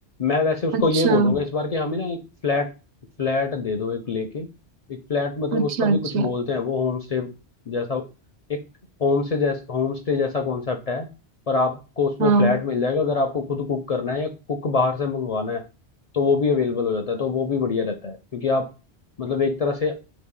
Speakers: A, on the left (about 50°); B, on the right (about 80°).
A: मैं वैसे उसको
B: अच्छा
A: ये बोलूंगा इस बार कि हमें ना एक फ्लैट फ्लैट दे दो एक लेके एक फ्लैट मतलब
B: अच्छा
A: उसका भी
B: अच्छा
A: कुछ बोलते हैं वो होम स्टे जैसा एक होम से जैसा होम स्टे जैसा कॉन्सेप्ट है पर आपको उसमें
B: हाँ
A: फ्लैट मिल जाएगा अगर आपको खुद कुक करना है या कुक बाहर से मंगवाना है तो वो भी अवेलेबल हो जाता है तो वो भी बढ़िया रहता है क्योंकि आप मतलब एक तरह से